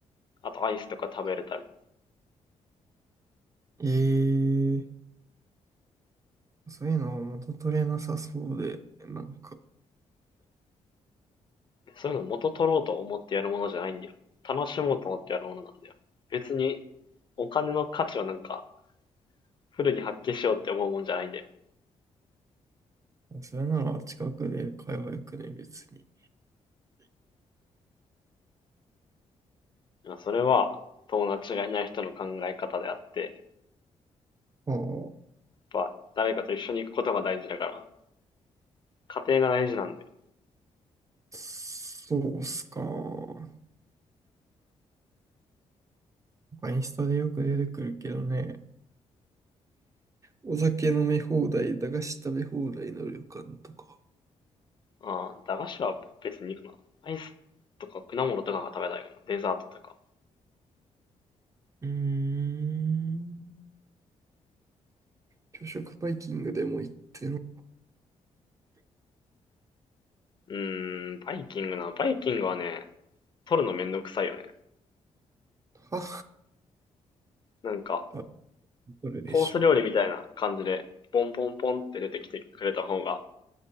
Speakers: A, on the left; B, on the right.
A: あとアイスとか食べれたり。
B: ええそういうのは元取れなさそうで、なんか、
A: そういうの元取ろうと思ってやるものじゃないんだよ。楽しもうと思ってやるものなんだよ。別にお金の価値をなんかフルに発揮しようって思うもんじゃないんだよ。
B: それなら近くで買えばよくね、別に。
A: それは友達がいない人の考え方であって、
B: ああ。
A: やっぱ誰かと一緒に行くことが大事だから、家庭が大事なんだよ。
B: そうっすか。なんかインスタでよく出てくるけどね。お酒飲み放題、駄菓子食べ放題の旅館とか、
A: ああ、駄菓子は別にいいかな。アイスとか果物とかが食べたいかな。デザートとか。
B: うーん。朝食バイキングでも行ってる
A: うーん、バイキングな。バイキングはね、取るのめんどくさいよね。
B: は、
A: なんか、
B: 多分どれでしょ
A: コース料理みたいな感じで、ポンポンポンって出てきてくれた方が